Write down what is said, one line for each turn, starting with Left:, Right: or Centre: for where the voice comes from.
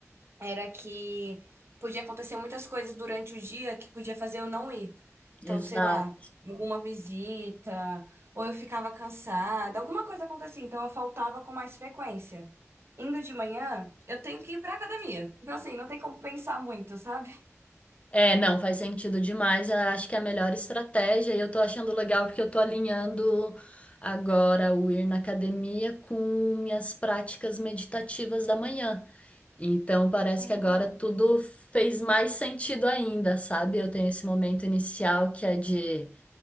Right: era que podia acontecer muitas coisas durante o dia que podia fazer eu não ir. Então,
Left: Exato.
Right: sei lá, alguma visita, ou eu ficava cansada, alguma coisa acontecia, então eu faltava com mais frequência. Indo de manhã, eu tenho que ir pra academia. Então, assim, não tem como pensar muito, sabe?
Left: É, não, faz sentido demais. Eu Acho que é a melhor estratégia e eu tô achando legal porque eu tô alinhando agora o ir na academia com minhas práticas meditativas da manhã. Então parece
Right: Hum,
Left: que agora tudo fez mais sentido ainda, sabe? Eu tenho esse momento inicial que é de,